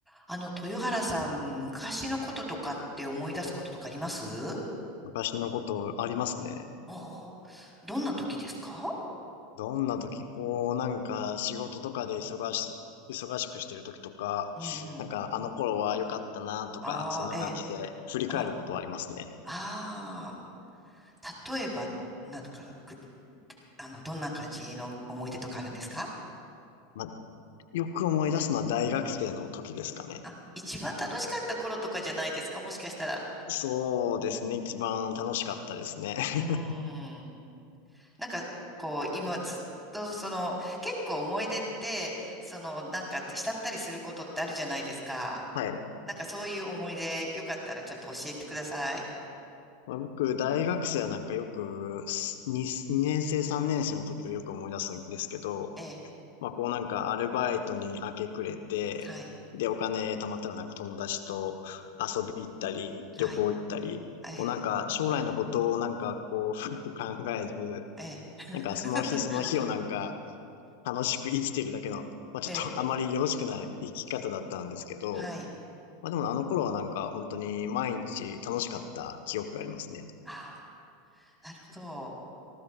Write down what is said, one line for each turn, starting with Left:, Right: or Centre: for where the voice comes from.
Centre: あの、豊原さん、昔のこととかって思い出すこととかあります
Left: 昔のことありますね。
Centre: おおどんな時ですか
Left: どんな時、こう、なんか仕事とかで忙し、忙しくしてる時とか、
Centre: うんうん。
Left: なんかあの頃は良かったなとか、
Centre: ああ、
Left: そんな感じで振り返ることはありますね。
Centre: ええ。あ、ああ、例えば、なんか、ぐあの、どんな感じの思い出とかあるんですか
Left: まあ、よく思い出すのは大学生の時ですかね。
Centre: あ、一番楽しかった頃とかじゃないですか、もしかしたら。
Left: そうですね。一番楽しかったですね。<laughs>
Centre: うーん。なんか、こう、今ずっと、その、結構思い出って、その、なんか、慕ったりすることってあるじゃないですか。
Left: はい。
Centre: なんかそういう思い出、よかったらちょっと教えてください。
Left: まあ、僕、大学生はなんかよく、に2年生、3年生の時をよく思い出すんですけど、
Centre: ええ、
Left: まあ、こうなんかアルバイトに明け暮れて、
Centre: はい、
Left: で、お金貯まったらなんか友達と遊び行ったり、
Centre: はい、
Left: 旅行行ったり、
Centre: ええ、
Left: こうなんか将来のことをなんかこう深く考えず、
Centre: ええ、<laughs>
Left: なんかその日その日をなんか楽しく生きてるだけの、まあちょっとあまりよろしくない生き方だったんですけど、
Centre: ええ、はい。
Left: まあでもあの頃はなんか本当に毎日楽しかった記憶がありますね。
Centre: ああ、なるほど。